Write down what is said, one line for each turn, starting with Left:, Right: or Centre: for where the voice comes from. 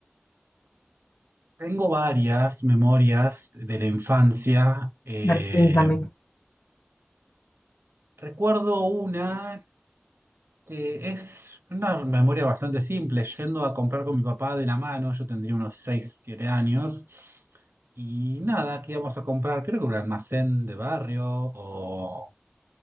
Right: Tengo varias memorias de la infancia. eh,
Left: A ver, cuéntame.
Right: recuerdo una que es una memoria bastante simple, yendo a comprar con mi papá de la mano, yo tendría unos 6, 7 años, y nada, que íbamos a comprar, creo que un almacén de barrio o...